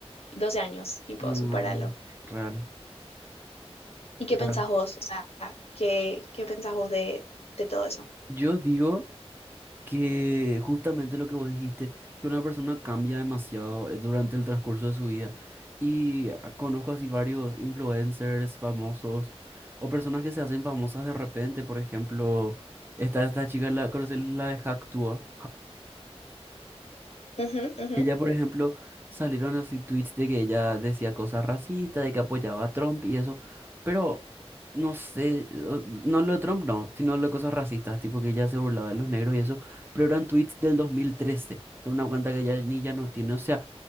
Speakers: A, on the left; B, on the right.
A: doce años, tipo,
B: No,
A: supéralo.
B: real, real,
A: ¿Y qué pensás
B: real.
A: vos? O sea, ¿qué, qué pensás vos de, de todo eso?
B: Yo digo... que justamente lo que vos dijiste, que una persona cambia demasiado eh, durante el transcurso de su vida. Y ah, conozco así varios influencers famosos o personas que se hacen famosas de repente. Por ejemplo, está esta chica, la, ¿conoces la de Hacktua?
A: Ujú, ujú.
B: Ella, por ejemplo, salieron así tweets de que ella decía cosas racistas, de que apoyaba a Trump y eso, pero no sé, o- no lo de Trump, no, sino lo de cosas racistas, tipo que ella se burlaba de los negros y eso, pero eran tweets del 2013, de una cuenta que ella ni ya no tiene, o sea,